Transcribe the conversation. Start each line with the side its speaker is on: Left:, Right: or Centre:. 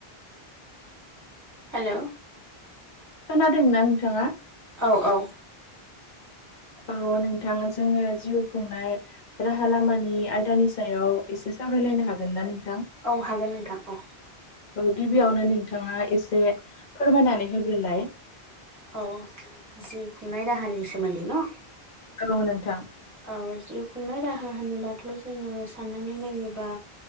Right: हेल'
Left: खोनादोंना नोंथाङा?
Right: औ औ
Left: औ नोंथाङा जोङो जिउ खुंनाय राहा लामानि आयदानि सायाव एसे सावरायलायनो हागोन ना नोंथां?
Right: औ हागोन नोंथां औ
Left: औ गिबियावनो नोंथाङा एसे फोरमायनानै होग्रोलाय
Right: औ जिउ खुंनाय राहानि सोमोन्दै ना?
Left: <unintelligible> नोंथां
Right: औ जिउ खुंनाय राहा होनोबाथ' जोङो साननानै नायोबा